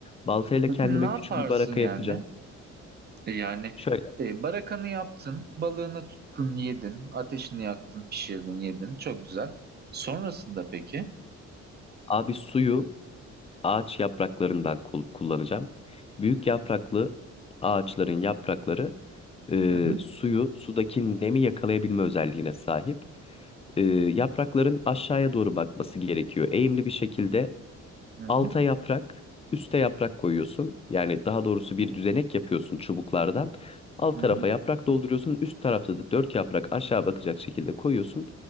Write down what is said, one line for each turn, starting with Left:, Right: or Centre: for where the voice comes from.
Left: Baltayla
Right: Peki
Left: kendime
Right: ne yaparsın
Left: küçük bir baraka
Right: yani?
Left: yapacağım.
Right: Yani
Left: Şöyle
Right: e, barakanı yaptın, balığını tuttun, yedin, ateşini yaktın, pişirdin, yedin. Çok güzel. Sonrasında peki?
Left: abi suyu ağaç yapraklarından kul- kullanacağım. Büyük yapraklı ağaçların yaprakları e,
Right: Hı hı,
Left: suyu sudaki nemi yakalayabilme özelliğine sahip. E, yaprakların aşağıya doğru bakması gerekiyor. Eğimli bir şekilde
Right: hı hı,
Left: alta yaprak, üste yaprak koyuyorsun. Yani daha doğrusu bir düzenek yapıyorsun çubuklardan. Alt
Right: hı
Left: tarafa
Right: hı,
Left: yaprak dolduruyorsun. Üst tarafta da dört yaprak aşağı bakacak şekilde koyuyorsun.